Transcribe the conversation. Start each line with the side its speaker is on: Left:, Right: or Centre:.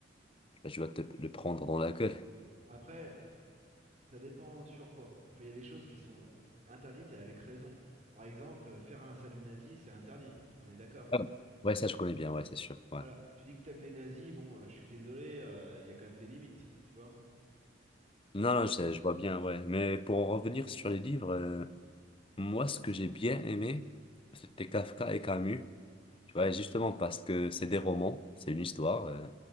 Left: bah, tu vas te le prendre dans la gueule.
Right: Après, ça dépend sur quoi. Enfin, il y a des choses qui sont interdites et avec raison. Par exemple, euh, faire un salut nazi, c'est interdit. On est d'accord.
Left: Ah, Ouais, ça, je connais bien, ouais, c'est sûr, ouais.
Right: Voilà. Tu dis que t'aimes les nazis, bon, euh, je suis désolé, euh, il y a quand même des limites, tu vois.
Left: Non, non, je, je vois bien, ouais. Mais pour en revenir sur les livres, euh, Moi, ce que j'ai bien aimé, c'était Kafka et Camus. Tu vois, justement parce que c'est des romans, c'est une histoire. euh,